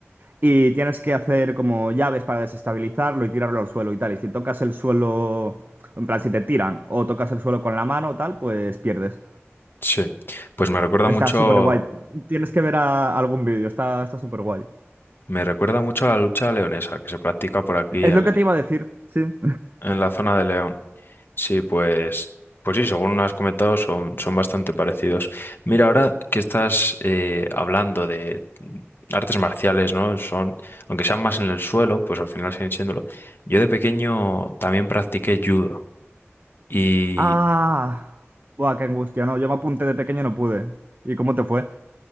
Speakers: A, on the right; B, on the left.
A: y tienes que hacer como llaves para desestabilizarlo y tirarlo al suelo y tal. Y si tocas el suelo, en plan, si te tiran o tocas el suelo con la mano o tal, pues pierdes.
B: sí. Pues me recuerda
A: Está
B: mucho,
A: súper guay. Tienes que ver a- algún vídeo, está, está súper guay.
B: me recuerda mucho a la lucha leonesa que se practica por aquí
A: Es
B: en,
A: lo que te iba a decir, sí.
B: En la zona de León. Sí, pues, pues sí, según has comentado, son, son bastante parecidos. Mira, ahora que estás eh, hablando de artes marciales, ¿no? Son, aunque sean más en el suelo, pues al final siguen siéndolo. Yo de pequeño también practiqué judo y
A: Ah, buah, qué angustia, no. Yo me apunté de pequeño y no pude. ¿Y cómo te fue?